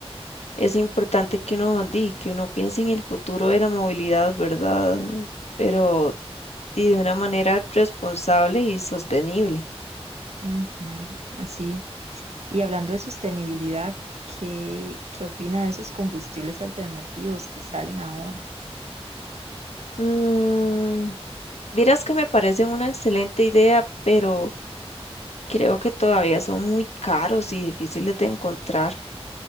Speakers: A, on the left; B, on the right.
A: Es importante que uno, di, que uno piense en el futuro de la movilidad, ¿verdad? Pero y de una manera responsable y sostenible.
B: Ujú, sí. Y hablando de sostenibilidad, ¿qué, qué opina de esos combustibles alternativos que salen ahora?
A: Mm, vieras que me parecen una excelente idea, pero creo que todavía son muy caros y difíciles de encontrar.